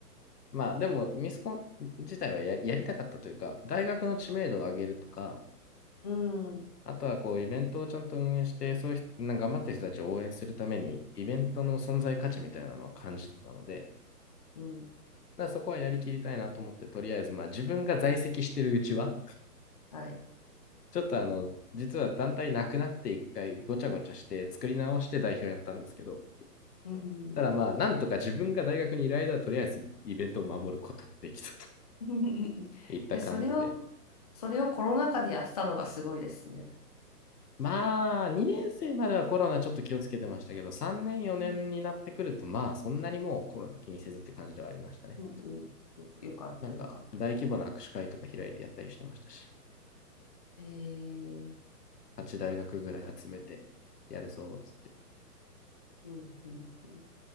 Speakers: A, on the left; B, on the left.
A: まあでも、ミスコン自体はや、やりたかったというか、大学の知名度を上げるとか、
B: うん。
A: あとはこうイベントをちゃんと運営して、そういう人なんか頑張ってる人たちを応援するために、イベントの存在価値みたいなのは感じてたので、
B: うん。
A: だらそこはやりきりたいなと思って、とりあえず、まあ自分が在籍してるうちは、
B: はい。
A: ちょっとあの、実は団体なくなって一回ごちゃごちゃして作り直して代表やったんですけど、
B: うん。
A: ただまあ、なんとか自分が大学にいる間はとりあえずイベントを守ることができたと
B: <laughs>
A: いった感じで。
B: で、それを、それをコロナ禍でやったのがすごいですね。
A: まあ、2年生まではコロナちょっと気をつけてましたけど、3年、4年になってくると、
B: うん
A: まあ、そんなにもうコロナ気にせずって感じではありましたね。
B: うんうんよ、よかった、
A: なんか、
B: よかった。
A: 大規模な握手会とか開いてやったりしてましたし、
B: えー、
A: 8大学ぐらい集めてやるぞ、つって。
B: うん、うん、うん。